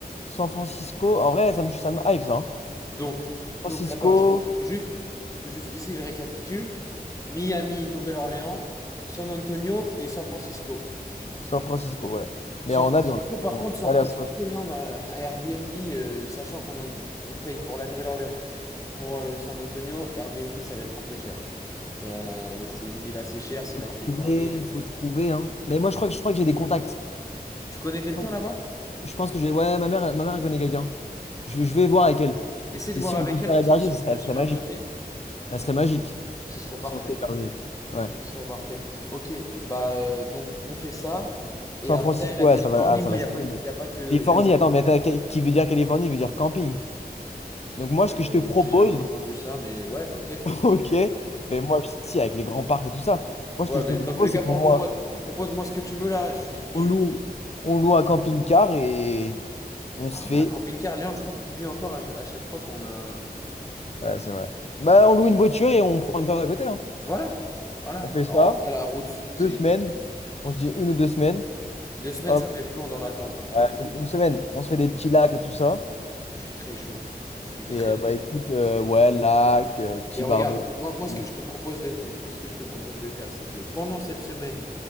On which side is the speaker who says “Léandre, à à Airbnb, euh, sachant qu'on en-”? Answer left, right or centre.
Left